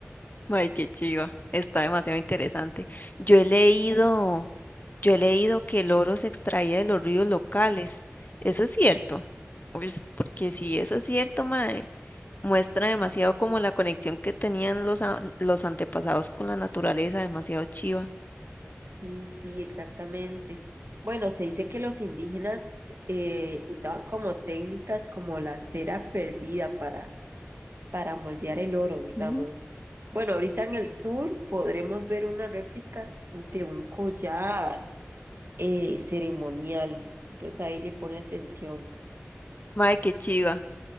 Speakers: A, on the left; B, on the right.
A: Ay, qué chiva. Está demasiado interesante. Yo he leído, yo he leído que el oro se extraía de los ríos locales. Eso es cierto. Pues, porque si eso es cierto, mae, muestra demasiado como la conexión que tenían los, a- los antepasados con la naturaleza, demasiado chiva.
B: Sí, sí, exactamente. Bueno, se dice que los indígenas eh, usaban como técnicas como la cera perdida para, para moldear el oro, digamos.
A: Mm.
B: Bueno, ahorita en el tour podremos ver una réplica de un collar eh, ceremonial. Entonces ahí le pone atención.
A: Mae, qué chiva.